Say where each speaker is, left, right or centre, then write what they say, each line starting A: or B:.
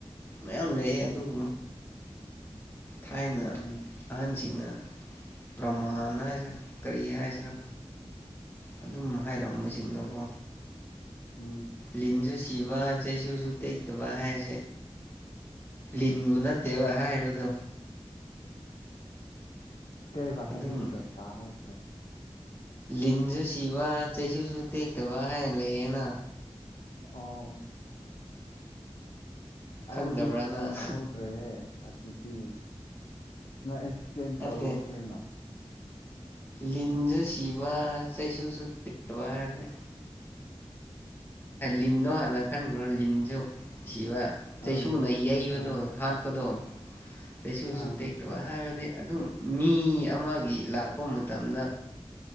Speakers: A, on the left (about 20°); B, on the left (about 65°).
A: ꯃꯌꯥꯝ ꯂꯩꯌꯦ ꯑꯗꯨꯕꯨ ꯊꯥꯏꯅ
B: ꯎꯝ ꯎꯝ
A: ꯑꯍꯟꯁꯤꯡꯅ ꯄ꯭ꯔꯃꯥꯟ ꯍꯥꯏꯁꯤꯔꯥ ꯀꯔꯤ ꯍꯥꯏꯁꯤꯔꯥ ꯑꯗꯨꯝ ꯍꯥꯏꯔꯝꯕꯁꯤꯡꯗꯨꯀꯣ
B: ꯎꯝ
A: ꯂꯤꯟꯁꯨ ꯁꯤꯕ ꯆꯩꯁꯨꯁꯨ ꯇꯦꯛꯇꯕ ꯍꯥꯏꯁꯦ ꯂꯤꯟꯕꯨ ꯅꯠꯇꯦꯕ
B: ꯑꯥ
A: ꯍꯥꯏꯕꯗꯣ
B: ꯀꯩꯕ
A: ꯑꯗꯨꯝ
B: ꯍꯧꯖꯤꯛꯀꯤꯗꯣ ꯇꯥꯍꯧꯇ꯭ꯔꯦ
A: ꯂꯤꯟꯁꯨ ꯁꯤꯕ ꯆꯩꯁꯨꯁꯨ ꯇꯦꯛꯇꯕ ꯍꯥꯏꯅ ꯂꯩꯌꯦꯅ
B: ꯑꯣ
A: ꯈꯪꯗꯕ꯭ꯔꯅ
B: ꯑꯩꯗꯨꯗꯤ ꯈꯪꯍꯧꯗ꯭ꯔꯦꯍꯦ ꯑꯗꯨꯗꯤ ꯑꯦꯛꯁꯄ꯭ꯂꯦꯟ
A: ꯅꯠꯇꯦ
B: ꯇꯧꯔꯣ ꯀꯩꯅꯣ
A: ꯂꯤꯟꯁꯨ ꯁꯤꯕ ꯆꯩꯁꯨꯁꯨ ꯇꯦꯀꯇꯕ ꯍꯥꯏꯕꯅꯤ ꯂꯤꯟꯗꯣ ꯍꯥꯟꯅ ꯈꯟꯈ꯭ꯔꯣ ꯂꯤꯟꯁꯨ ꯁꯤꯕ ꯆꯩꯁꯨꯅ
B: ꯑꯗꯤ
A: ꯌꯩꯕꯗꯣ
B: ꯑꯥ
A: ꯍꯥꯠꯄꯗꯣ ꯆꯩꯁꯨꯁꯨ
B: ꯑꯥ
A: ꯇꯦꯛꯇꯕ ꯍꯥꯏꯕꯗꯤ ꯑꯗꯨꯝ ꯃꯤ ꯑꯃꯒꯤ ꯂꯥꯛꯄ ꯃꯇꯝꯗ